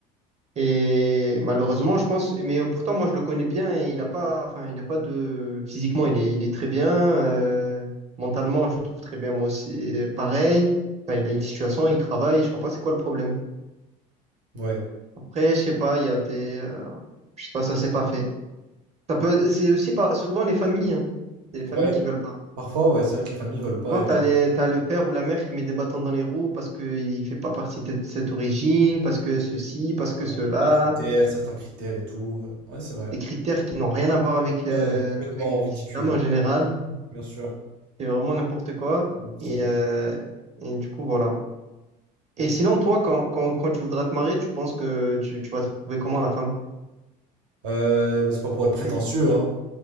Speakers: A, on the right (about 35°); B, on the right (about 65°).
A: Et malheureusement, je pense, mais pourtant, moi, je le connais bien et il a pas, enfin, il a pas de, physiquement, il est, il est très bien. euh, mentalement, je le trouve très bien, moi aussi, euh, pareil. Enfin, il a une situation, il travaille, je vois pas c'est quoi le problème.
B: Ouais.
A: Après, je sais pas, il y a des, euh, je sais pas, ça s'est pas fait. Ça peut, c'est aussi pas, souvent les familles, hein. C'est les familles
B: Ouais.
A: qui veulent pas.
B: Parfois, ouais, c'est vrai que les familles veulent pas
A: Souvent,
B: et
A: t'as
B: tout.
A: les, t'as le père ou la mère qui met des bâtons dans les roues parce qu'il ne fait pas partie de cette origine, parce que ceci, parce que
B: On
A: cela.
B: peut pas Les critères, certains critères et tout. Ouais, c'est vrai.
A: Des critères qui n'ont rien à voir avec,
B: Ouais,
A: euh,
B: complètement
A: avec l'islam
B: ridicule,
A: en général.
B: bien sûr.
A: C'est vraiment n'importe quoi.
B: C'est Plutôt
A: Et,
B: quoi.
A: euh, et du coup, voilà. Et
B: Ok.
A: sinon, toi, quand, quand, quand tu voudras te marier, tu penses que tu, tu vas trouver comment la femme?
B: Euh, bah, c'est pas pour être prétentieux,
A: Tu,
B: hein,